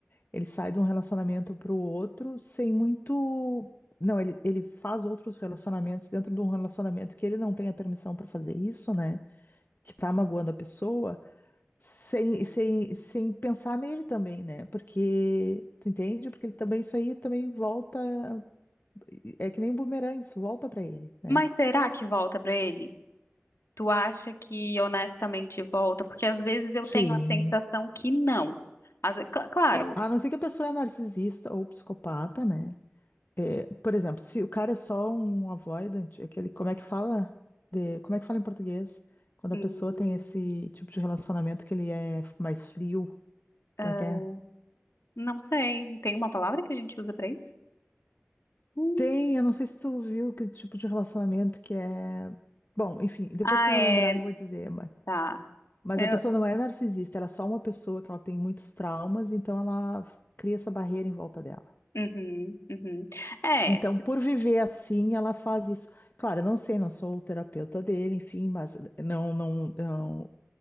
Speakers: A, on the left; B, on the left.
A: ele sai de um relacionamento para o outro sem muito. Não, ele, ele faz outros relacionamentos dentro de um relacionamento que ele não tem a permissão para fazer isso, né? Que tá magoando a pessoa sem, sem, sem pensar nele também, né? Porque, tu entende? Porque ele também, isso aí também volta, é que nem um bumerangue, isso volta pra ele, né?
B: Mas será que volta pra ele? Tu acha que honestamente volta? Porque às vezes eu
A: Sim.
B: tenho a sensação que não. Às ve- cl- claro,
A: É, a não ser que a pessoa é narcisista ou psicopata, né? É, por exemplo, se o cara é só um avoidant, aquele, como é que fala de, como é que fala em português? Quando
B: hum,
A: a pessoa tem esse tipo de relacionamento que ele é mais frio,
B: ah,
A: como é que é?
B: não sei. Tem uma palavra que a gente usa pra isso? Hum,
A: Tem, eu não sei se tu viu que tipo de relacionamento que é. Bom, enfim, depois
B: Ah,
A: que eu vou
B: é.
A: lembrar e vou dizer, mas,
B: Tá.
A: mas
B: Eu-
A: a pessoa não é narcisista, ela é só uma pessoa que ela tem muitos traumas, então ela f- cria essa barreira em volta dela.
B: Uhum, uhum. É.
A: Então, por viver assim, ela faz isso. Claro, eu não sei, não sou o terapeuta dele, enfim, mas não, não, não,